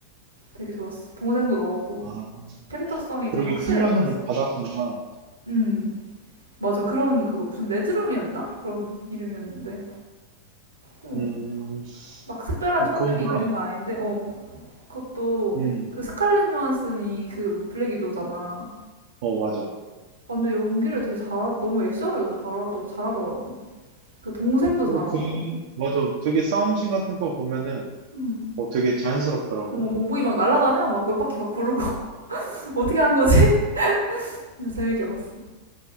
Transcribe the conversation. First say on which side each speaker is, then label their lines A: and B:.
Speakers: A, on the right; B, on the right.
A: 되게 좋았어. 동생도 나오고,
B: 아,
A: 캐릭터성이
B: 그러게
A: 되게 확실해서
B: 훈련을
A: 좋았어.
B: 받았구나.
A: 음, 맞아. 그런, 그거, 무슨 레드룸이었나? 그런 이름이었는데, 어,
B: 음,
A: 막 특별한
B: 어,
A: 초능력이
B: 그건 몰랐네.
A: 있는 건 아닌데, 어, 그것도
B: 음,
A: 그 스칼렛 요한슨이 그 블랙 위도잖아.
B: 어, 맞아.
A: 아, 근데 연기를 되게 잘하, 너무 액션을 너무 잘하더, 잘하더라고. 그 동생도
B: 어,
A: 잘하고.
B: 그, 맞아. 되게 싸움씬 같은 거 보면은
A: 음.
B: 어, 되게 자연스럽더라고.
A: 뭐 몽둥이 막 날아다녀 막 몇 바퀴 막 구르고 <laughs> 어떻게 한 거지? <laughs> 그래서 재밌게 봤어.